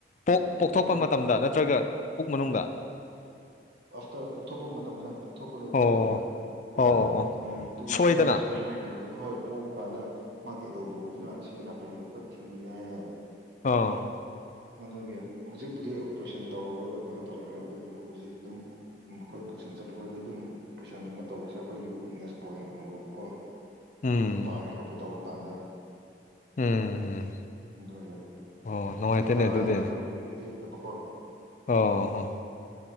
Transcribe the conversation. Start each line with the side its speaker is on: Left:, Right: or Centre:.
Left: ꯄꯣꯛ
Right: ꯑꯗꯨꯒꯤ
Left: ꯄꯣꯛꯊꯣꯛꯄ
Right: ꯈꯔ
Left: ꯃꯇꯝꯗ ꯅꯠꯇ꯭ꯔꯒ ꯄꯨꯛ ꯃꯅꯨꯡꯗ
Right: ꯇ ꯄꯣꯛꯊꯣꯛꯄ ꯃꯇꯝꯗ ꯄꯣꯛꯊꯣꯛꯄ ꯂꯣꯏꯕ
Left: ꯑꯣ
Right: ꯃꯇꯝꯗ
Left: ꯑꯣ
Right: ꯑꯥꯐꯇꯔ
Left: ꯑꯣ ꯑꯣ
Right: ꯇꯨ
Left: ꯁꯣꯏꯗꯅ
Right: ꯊ꯭ꯔꯤ ꯌꯔꯁꯒꯨꯝꯕ ꯃꯇꯝꯗꯒ ꯍꯣꯏ ꯄꯣꯕ ꯀꯥꯟꯗ ꯃꯥꯒꯤ ꯑꯦꯜꯕꯣꯗꯨꯅ ꯁꯦ ꯅꯥꯇꯣꯟꯗ ꯈꯔ ꯊꯤꯡꯕꯤ ꯍꯥꯏꯌꯦ
Left: ꯑꯣ
Right: ꯃꯗꯨꯒꯤ ꯍꯧꯖꯤꯛꯄꯨꯗꯤ ꯑꯣꯄ꯭ꯔꯦꯁꯟ ꯇꯧꯔꯨꯔꯒ ꯀꯩꯅꯣ ꯇꯧꯔꯨꯔꯦ ꯑꯗꯨꯕꯨ ꯍꯧꯖꯤꯛ ꯑꯗꯨꯝ ꯑꯩꯈꯣꯏ ꯕꯣꯛꯆꯤꯡ ꯆꯠꯄ ꯈꯣꯢꯗꯤ ꯑꯗꯨꯝ ꯑꯣꯄꯔꯦꯁꯟꯒꯨꯝꯕ ꯇꯧꯕꯁꯦ ꯑꯩꯈꯣꯏꯒꯤ ꯋꯤꯛꯅꯦꯁ ꯄꯣꯏꯟ ꯑꯣꯏꯅ ꯎꯕꯀꯣ
Left: ꯎꯝ
Right: ꯃꯄꯥꯝꯕ ꯈꯣꯠꯄ ꯇꯧꯕ ꯀꯥꯟꯗ
Left: ꯎꯝ ꯎꯝ
Right: ꯑꯗꯨꯒꯤ
Left: ꯑꯣ ꯅꯨꯡꯉꯥꯏꯇꯦꯅꯦ
Right: ꯏ ꯇꯥꯔꯗꯤ
Left: ꯑꯗꯨꯗꯤ
Right: ꯑꯗꯨꯝ ꯂꯦꯞ ꯍꯥꯢꯕꯀꯣ
Left: ꯑꯣ ꯍꯣ